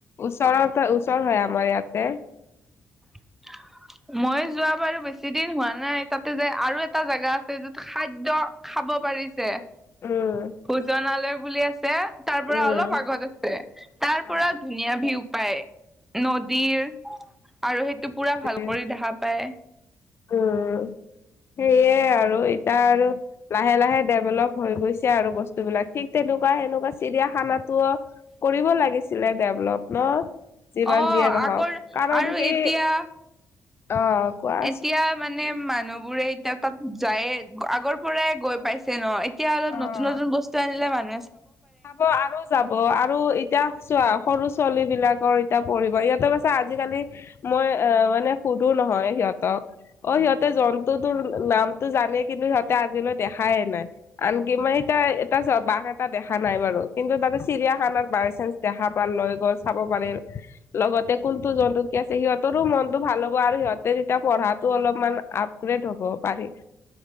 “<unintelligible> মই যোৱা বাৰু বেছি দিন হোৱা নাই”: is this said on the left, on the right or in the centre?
Centre